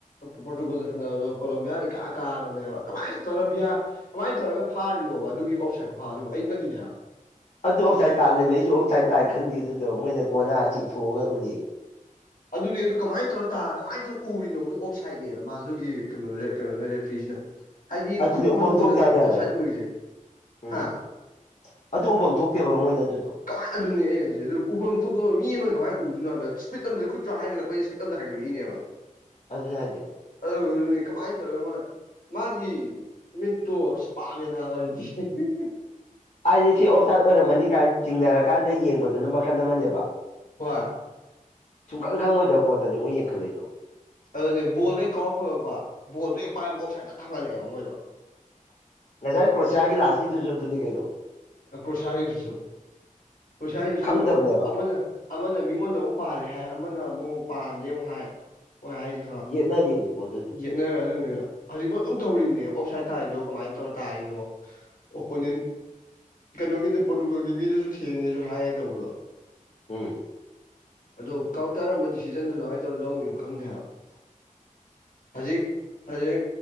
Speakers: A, on the left; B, on the left.
A: ꯄꯣꯔꯇꯨꯒꯜꯒ ꯁꯥꯅꯕꯗꯣ ꯀꯣꯂꯦꯝꯕꯤꯌꯥꯅ ꯏꯀꯥ ꯀꯥꯔꯅꯦꯕ ꯀꯃꯥꯏ ꯇꯩꯔ ꯕꯤꯌꯥ ꯀꯃꯥꯏꯅ ꯇꯧꯔꯒ ꯐꯥꯔꯤꯅꯣꯕ ꯑꯗꯨꯒꯤ ꯑꯣꯞꯁꯥꯏꯠ ꯈꯨꯐꯥꯗꯨꯕꯣ ꯑꯩ ꯉꯛꯏꯅꯦꯕ
B: ꯑꯗꯨ ꯑꯣꯞꯆꯥꯏꯠ ꯇꯥ ꯂꯩꯃꯦ ꯑꯩꯁꯨ ꯑꯣꯞꯆꯥꯏꯠ ꯇꯥꯏ ꯈꯪꯗꯦ ꯑꯗꯨꯗꯣ ꯃꯣꯏꯅ ꯀꯣꯅꯥ ꯆꯤꯡꯊꯣꯛꯑꯒ ꯎꯠꯂꯤ
A: ꯑꯗꯨꯅꯦ ꯑꯗꯨ ꯀꯃꯥꯏꯅ ꯇꯧꯔ ꯇꯥ ꯀꯃꯥꯏꯅ ꯇꯧꯔ ꯎꯔꯤꯅꯣꯕꯗꯨꯣ ꯑꯣꯞ ꯁꯥꯏꯠꯅꯦꯅ ꯃꯥ ꯑꯗꯨꯒꯤ ꯀꯩꯅꯣ ꯀꯩꯅꯣ ꯔꯦꯐ꯭ꯔꯤꯖꯤꯅ ꯍꯥꯏꯗꯤ
B: ꯑꯗꯨꯅꯦ
A: ꯈꯨꯠ
B: ꯎꯐꯝ
A: ꯃꯇꯣꯟꯗꯅꯦꯕ
B: ꯊꯣꯛꯇꯦ ꯍꯥꯏꯗꯤ
A: ꯑꯣꯞꯁꯥꯏꯠ
B: ꯍꯟꯗꯛꯗꯣ
A: ꯎꯔꯤꯁꯦ
B: ꯎꯝ
A: ꯍꯥ
B: ꯑꯗꯨ ꯎꯐꯝ ꯊꯣꯛꯇꯦꯕ ꯃꯣꯏꯅ ꯑꯗꯨꯗꯣ
A: ꯀꯃꯥꯏꯅ ꯑꯗꯨꯅꯤ ꯑꯩꯩꯅ ꯍꯥꯏꯖꯤ ꯑꯗꯨ ꯎꯐꯝ ꯊꯣꯛꯄ ꯃꯤ ꯑꯃꯅ ꯀꯃꯥꯏꯅ ꯎꯗꯗꯨꯅꯣꯕ ꯏꯁꯄꯤꯠ <unintelligible> ꯍꯥꯏꯒꯠꯛꯄꯩ ꯏꯁꯄꯤꯗ ꯑꯝꯗ ꯍꯥꯏꯒꯠꯂꯛꯏꯅꯦꯕ
B: ꯑꯗꯨ ꯍꯥꯏꯖꯦ
A: ꯑꯗꯨꯒ ꯀꯃꯥꯏꯅ ꯇꯧꯔꯒ ꯃꯣꯏ ꯃꯥꯒꯤ ꯃꯤꯠꯇꯣ ꯑꯁ ꯄꯥꯝꯃꯦꯅꯥꯕ ꯑꯩꯗꯤ <unintelligible>
B: ꯍꯥꯏꯗꯤ ꯁꯤ ꯑꯣꯞꯁꯥꯏꯠ ꯑꯣꯏꯔꯝꯃꯅꯤ ꯀꯥꯏꯅ ꯆꯤꯡꯅꯔꯀꯥꯟꯗ ꯌꯦꯡꯕꯗꯨꯅ ꯃꯈꯜ ꯑꯃꯅꯦꯕ
A: ꯍꯣꯏ
B: ꯁꯨꯡꯈꯟ ꯈꯪꯉꯣꯏꯗꯕ ꯄꯣꯠꯇꯅꯦ ꯃꯣꯏ ꯌꯦꯡꯈꯂꯛꯏꯗꯣ
A: ꯑꯗꯨꯅꯦ ꯕꯣꯜꯗꯣ ꯍꯦꯛ ꯀꯥꯎꯧꯔꯛꯄꯒꯀꯣ ꯕꯣꯜꯗꯣ ꯍꯦꯛ ꯄꯥꯏꯕ ꯑꯣꯞꯁꯥꯏꯗꯇ ꯇꯛ ꯊꯥꯡꯒꯠꯂꯛꯑꯦꯕ ꯃꯣꯏꯗꯣ
B: ꯉꯁꯥꯏ ꯀ꯭ꯔꯣꯁꯤꯌꯥꯒꯤ ꯂꯥꯁꯀꯤꯗꯨꯁꯨ ꯑꯗꯨꯅꯤ ꯀꯩꯅꯣ
A: ꯀ꯭ꯔꯣꯁꯤꯌꯥꯒꯤꯁꯤꯁꯨ ꯀ꯭ꯔꯣꯁꯤꯁꯥꯒꯤꯗꯁꯨ
B: ꯈꯪꯗꯕꯅꯦꯕ
A: ꯑꯃꯅ ꯑꯃꯅ ꯃꯤꯉꯣꯟꯗ ꯑꯃꯨꯛ ꯄꯥꯜꯂꯤ ꯍꯥꯏ ꯑꯃꯅ ꯑꯃꯨꯛ ꯄꯥꯟꯗꯦ ꯑꯃꯨꯛ ꯍꯥꯏ ꯃꯣꯏꯅ ꯍꯥꯏꯁꯦ
B: ꯌꯦꯠꯅꯔꯤ ꯍꯧꯖꯤꯛꯐꯥꯎ ꯑꯗꯨꯗꯣ
A: ꯌꯦꯠꯅꯔ ꯑꯗꯨꯅꯤꯅ ꯍꯧꯖꯤꯛꯐꯥꯎ ꯑꯗꯨꯝ ꯇꯧꯔꯤꯕꯅꯦ ꯑꯣꯞ ꯁꯥꯏꯠ ꯇꯥꯔꯤꯗꯣ ꯀꯃꯥꯏꯅ ꯇꯧꯔ ꯇꯥꯔꯤꯅꯣ ꯑꯣꯄꯣꯅꯤꯟ ꯀꯩꯅꯣꯒꯤꯗꯣ ꯄꯣꯔꯇꯨꯒꯜꯒꯤ ꯃꯤꯗꯁꯨ ꯊꯦꯡꯉꯦꯁꯨ ꯍꯥꯏꯌꯦ ꯇꯧꯕꯗꯣ
B: ꯎꯝ
A: ꯑꯗꯣ ꯀꯔꯝꯕ ꯗꯤꯁꯤꯖꯟꯗꯣ ꯀꯃꯥꯏꯅ ꯇꯧꯅ ꯂꯧꯔꯤꯅꯣ ꯈꯪꯗꯦ ꯍꯥꯏꯕ ꯍꯧꯖꯤꯛ ꯍꯧꯖꯤꯛ